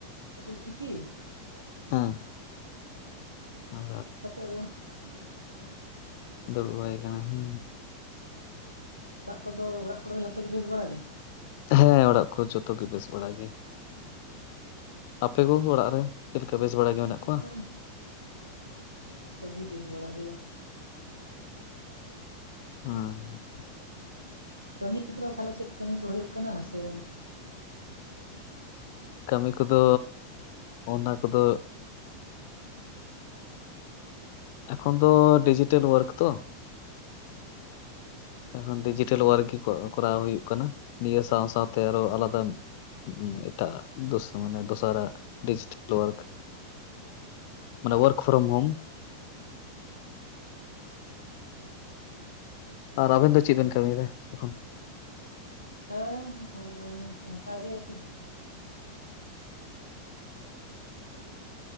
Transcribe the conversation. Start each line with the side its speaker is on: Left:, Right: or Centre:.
Right: ᱟᱞᱩᱥᱤᱯᱤ ᱟᱨ ᱫᱟᱹᱞ
Left: ᱦᱮᱸ
Right: ᱨᱟᱥᱮ ᱱᱮᱼᱱᱤᱛᱚᱜ
Left: ᱟᱨ
Right: ᱜᱮ ᱡᱚᱢ ᱠᱟᱛᱮ ᱫᱚ ᱫᱩᱲᱩᱵ ᱦᱩᱭ ᱠᱟᱱᱟ
Left: ᱫᱩᱲᱩᱵ ᱦᱩᱭ ᱠᱟᱱᱟ ᱦᱩ
Right: ᱛᱟᱦᱚᱞᱮ ᱚᱲᱟᱜ ᱠᱚᱫᱚ ᱚᱲᱟᱜ ᱠᱚᱨᱮᱼᱫᱚ ᱡᱚᱛᱚ ᱜᱮ ᱵᱮᱥ ᱵᱟᱲᱟ ᱜᱮ
Left: ᱦᱮᱸ ᱚᱲᱟᱜ ᱠᱚ ᱡᱚᱛᱚ ᱜᱮ ᱵᱮᱥ ᱵᱟᱲᱟ ᱜᱮ
Right: ᱚ
Left: ᱟᱯᱮ ᱠᱚᱜᱮ ᱚᱲᱟᱜ ᱨᱮ ᱪᱮᱫ ᱞᱮᱠᱟ ᱵᱮᱥ ᱵᱟᱲᱟ ᱜᱮ
Right: ᱦᱮᱸ
Left: ᱢᱮᱱᱟᱜ ᱠᱚᱣᱟ
Right: ᱦᱮᱸ ᱚᱲᱟᱜ ᱠᱚᱨᱮ ᱡᱷᱚᱛᱚ ᱜᱮ ᱵᱮᱥ ᱵᱟᱲᱟᱜ ᱜᱮ ᱟᱯᱟᱛᱚᱛᱚ ᱱᱤᱭᱟᱹ ᱜᱷᱟᱲᱤᱡ ᱫᱚ
Left: ᱦᱮᱸ
Right: ᱠᱟᱹᱢᱤ ᱠᱚᱫᱚ ᱛᱟᱦᱚᱞᱮ ᱪᱮᱫ ᱠᱟᱹᱢᱤ ᱠᱚ ᱦᱳᱭᱳᱜ ᱠᱟᱱᱟ ᱥᱮ
Left: ᱠᱟᱹᱢᱤ ᱠᱚᱫᱚ ᱚᱱᱟ ᱠᱚᱫᱚ ᱮᱠᱷᱚᱱ ᱫᱚ ᱰᱤᱡᱤᱴᱮᱞ ᱳᱣᱟᱨᱠ ᱛᱚ
Right: ᱦᱮᱸ
Left: ᱮᱠᱷᱚᱱ <unintelligible> <unintelligible> ᱳᱣᱟᱨᱠ ᱜᱮ ᱠᱚᱨᱟᱣ ᱦᱩᱭᱩᱜ ᱠᱟᱱᱟ, ᱱᱤᱭᱟᱹ ᱥᱟᱶ ᱥᱟᱶᱛᱮ ᱟᱨᱚ ᱟᱞᱟᱫᱟ ᱮᱴᱟᱜ-ᱟᱜ ᱢᱟᱱᱮ ᱫᱚᱥᱟᱨᱟᱜ ᱰᱤᱡᱤᱴᱟᱞ ᱳᱣᱟᱨᱠ
Right: ᱚ
Left: ᱢᱟᱱᱮ ᱳᱣᱟᱨᱠ ᱯᱷᱨᱚᱢ ᱦᱳᱢ <inaudible>
Right: ᱦᱮᱸ
Left: ᱟᱨ ᱟᱵᱮᱱ ᱫᱚ ᱪᱮᱫ ᱵᱮᱱ ᱠᱟᱹᱢᱤᱭᱫᱟ ᱮᱠᱷᱚᱱ
Right: ᱦᱮᱸ ᱚᱱᱠᱟᱜᱮ ᱤᱧ ᱦᱚᱸ ᱢᱤᱱᱟᱹᱧᱟ ᱟᱨᱠᱤ